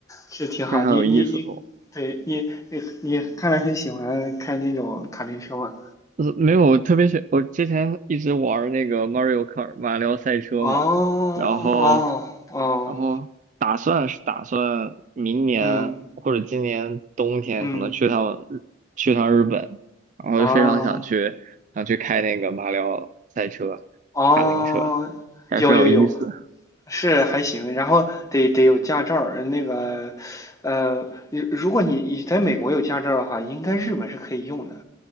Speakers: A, on the left; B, on the right.
A: 是挺好。
B: 非常有意思哦。
A: 你你你，对你你你，看来很喜欢开那种卡丁车嘛？
B: 呃没有，我特别喜，我之前一直玩儿那个 Mario Kart 马里奥赛车嘛，
A: 哦哦哦，
B: 然后然后打算是打算明年或者今年冬天可能去趟日去趟日本，
A: 嗯嗯
B: 然后非常想去想去开那个马里奥赛车、
A: 啊哦，
B: 卡丁车，还是有意思，
A: 有有有，是还行。然后得得有驾照儿，那个呃，如如果你你在美国有驾照儿的话，应该日本是可以用的。